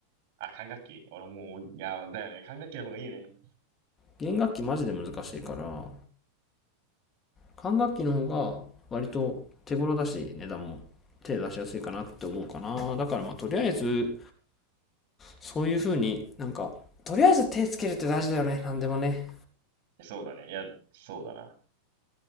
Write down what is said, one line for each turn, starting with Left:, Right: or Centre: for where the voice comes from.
Right: あ、管楽器俺もう、いや、だよね。管楽器の方がいいよね。い
Left: 弦楽器マジで難しいから、管楽器の方が割と手頃だし、値段も手出しやすいかなって思うかな。だからまあ、とりあえず、そういう風になんか、とりあえず手つけるって大事だよね。何でもね。
Right: やそうだね。いや、そうだな。